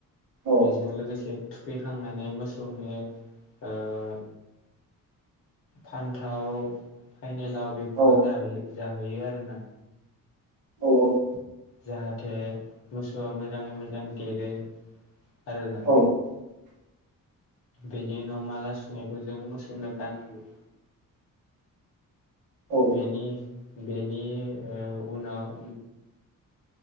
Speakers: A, on the right (about 70°); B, on the left (about 40°).
A: औ
B: बेजों लोगो से थुखैखांनानै मोसौनो ओ फान्थाव फाइनेलाव बेफोरखौयो
A: औ
B: जाहोयो जाहोयो आरोना
A: औ औ
B: जाहाथे मोसौवा मोजाङै मोजां देरो आरोना
A: <inaudible>
B: बेनि उनाव माला सुनायखौ जों मोसौनो गानहोयो।
A: औ
B: बेनि बेनि ओ उनाव